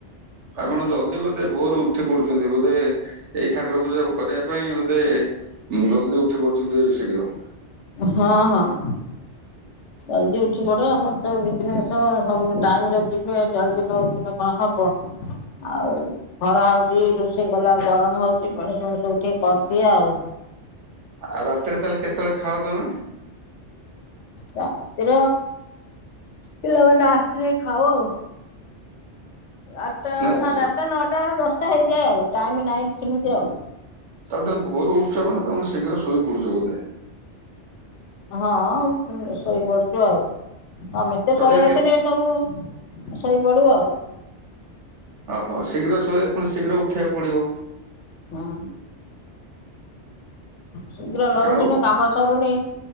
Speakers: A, on the right (about 80°); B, on the left (about 85°).
A: ଆପଣ ଜଲଦି ବୋଧେ ଭୋରୁ ଉଠି ପଡୁଛନ୍ତି ବୋଧେ ଏଇ ଠାକୁର ପୂଜା କରିବା ପାଇଁ ବୋଧେ। ଜଲଦି ଉଠି ପଡୁଛନ୍ତି ଶୀଘ୍ର।
B: ହଁ ହଁ ଜଲଦି ଉ ଉଠ ପଡେ ଆମର ତ ବିଜନେସ ସବୁ ଟାଇରେ ଯିବେ ଜଲଦି ନଉଠୁ କଣ ହବ? ଆଉ ଖରା ହଉଛି ରୋଷେଇ କଲା ଗରମ ହଉଛି ପେଣିସୁଣି ସବୁଠିକ କରିଦିଏ ଆଉ
A: ଆଉ ରାତରେ ତାଲେ କେତବେଳେ ଖାଅ? ତମେ
B: ରାତିରେ ପିଲାମାନେ ଆସିଲେ ଖାଉ ଆଉ। ଆଠଟା
A: ନା
B: ସାଢ଼େ
A: ସୁ-
B: ଆଠଟା ନଅଟା ଦଶଟା ହେଇଯାଏ ଆଉ ଟାଇମ ନାଇଟ୍ ସେମିତି ଆଉ
A: ତାହେଲେ ତମ ଭୋରୁ ଉଠୁଛ ନା ତା ତମେ ଶୀଘ୍ର ଶୋଇ ପଡୁଛ ବୋଧେ
B: ହଁ ଶୋଇପଡୁଛୁ ଆଉ ସମେସ୍ତେ
A: ତଥାପି
B: ପଳେଇ
A: କେତେ?
B: ଆସିଲେ ସବୁ ସୋଇପଡୁ ଆଉ।
A: ଓହୋ ଶୀଘ୍ର ଶୋଇଲେ ପୁଣି ଶୀଘ୍ର ଉଠିବାକୁ ପଡିବ।
B: ହୁଁ। ଶୀଘ୍ର ନଉଠିନେ
A: ଆଉ
B: କାମ ସରୁନି